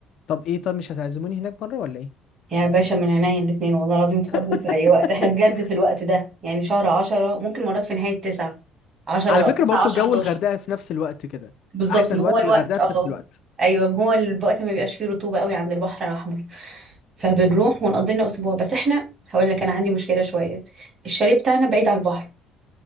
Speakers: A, on the left (about 55°); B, on the right (about 35°).
A: طب ايه طب مش هتعزموني هناك مره ولا ايه
B: يا باشا من عينيا الاتنين والله العظيم تفضل
A: <laughs>
B: في أي وقت احنا بجد في الوقت ده يعني شهر عشرة ممكن مرات في نهاية تسعة عشرة
A: على فكرة
B: تسعة
A: برضو
B: عشرة
A: جو
B: حداشر
A: الغردقة في نفس الوقت كده
B: بالظبط
A: احسن
B: ما
A: وقت
B: هو الوقت
A: للغردقة
B: اه
A: في نفس الوقت
B: أيوه ما هو الوقت ما بيبقاش فيه رطوبة قوي عند البحر الأحمر فبنروح ونقضي لنا أسبوع بس احنا هقول لك أنا عندي مشكلة شوية الشاليه بتاعنا بعيد عن البحر